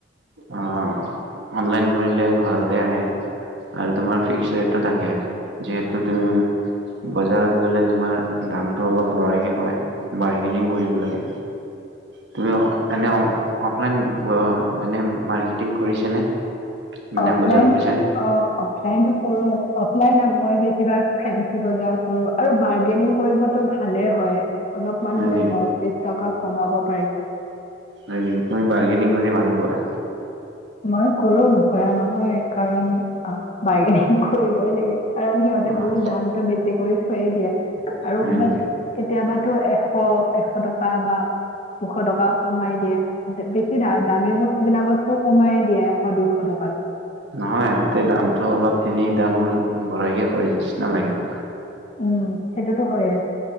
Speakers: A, on the right (about 70°); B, on the left (about 40°).
A: অঁ অনলাইন কৰিলে ঘৰতে আহে আৰু তোমাৰ ফিক্স ৰেটটো থা- কে। যিহেতু তুমি- বজাৰত গলে তোমাৰ দামটো অলপ বঢ়াই কে কয়। বৰ্গেনিং কৰি- ব লগে। তুমি এনে- অফলাইন অ এনেই মাৰ্কেটিং কৰিছেনে? মানে
B: অফলাইন
A: বজাৰ কৰিছানে?
B: অ। অফলাইনটো কৰো অফলাইন মই বেছিভাগ ফেঞ্চি বজাৰ কৰো। আৰু বাৰ্গেনিং কৰিবতো ভালে হয়। অলপমান
A: হয়
B: হলেও
A: নেকি?
B: দহ বিশ টকা কমাব পাৰি।
A: হয় নেকি? তুমি বাৰ্গেনিং কৰি ভাল পোৱা।
B: মই কৰো নকৰা নহয়। কাৰণ বাৰ্গেনিং কৰিবই লাগে কাৰণ সিহঁতে
A: অ'
B: বহুত দামতটো বেছি কৰি- থৈয়ে দিয়ে। আৰু
A: হয়
B: কবাত
A: নেকি?
B: কেতিয়াবাটো এশ এশ টকা বা- দুশ টকাও কমাই দিয়ে বেছি দা দামী বস্তু বিলাকত- টো কমাই দিয়ে এশ দুইশ টকাতটো।
A: নহয় সিহঁতে দামটো অলপ এনেই দামবোৰ বঢ়াইকে কয় নিচিনা লাগে মোক।
B: উম সেইটোতো হয়ে।